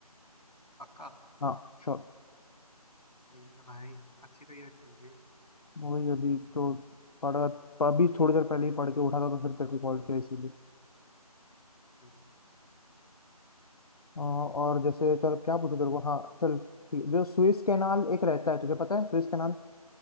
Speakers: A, on the left (about 85°); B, on the left (about 70°).
A: पक्का
B: हाँ श्योर
A: सही है भाई अच्छी तैयारी चल रही है ठीक
B: वही अभी तो पढ़ा अभी थोड़ी देर पहले ही पढ़ के उठा था तो फिर तेरे को कॉल किया इसीलिए
A: है।
B: अ, और जैसे चल क्या पूछो तेरे को हाँ चल ठीक है। जो सुएज कैनाल एक रहता है तुझे पता है सुएज कैनाल